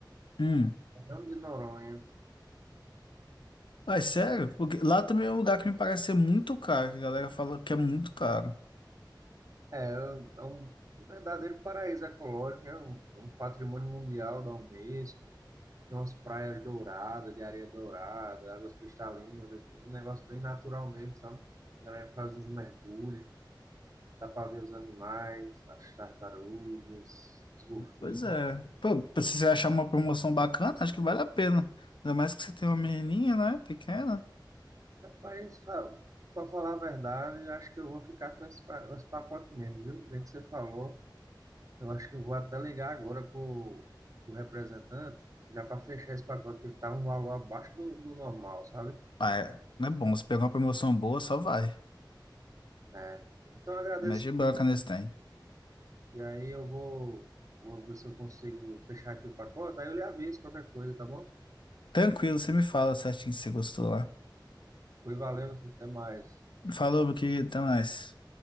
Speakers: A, on the left (about 80°); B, on the right (about 45°).
A: Hum.
B: Fernando de Noronha.
A: Mas sério, porque lá também é um lugar que me parece ser muito caro, que a galera fala que é muito caro.
B: É, é um é um verdadeiro paraíso ecológico, né? Um, um patrimônio mundial da Unesco. Tem umas praias douradas, de areia dourada, águas cristalinas, é um negócio bem natural mesmo, sabe? A galera faz uns mergulhos, dá para ver os animais, as tartarugas, os golfinhos.
A: Pois é. Pô, se você achar uma promoção bacana, acho que vale a pena. Ainda mais que você tem uma menininha, né? Pequena.
B: Rapaz, para falar a verdade, eu acho que eu vou ficar com esse, pa- esse pacote mesmo, viu? Bem que você falou. Eu acho que eu vou até ligar agora para o representante, já para fechar esse pacote, que está um valor abaixo do, do normal, sabe?
A: Ah, é. Não é bom. Se pegar uma promoção boa, só vai.
B: É. Então eu agradeço.
A: Mete banca nesse tem.
B: E aí eu vou, vou ver se eu consigo fechar aqui o pacote, aí eu lhe aviso qualquer coisa, tá bom?
A: Tranquilo, você me fala certinho se você gostou lá.
B: Foi, valeu, meu filho, até mais.
A: Falou, meu querido, até mais.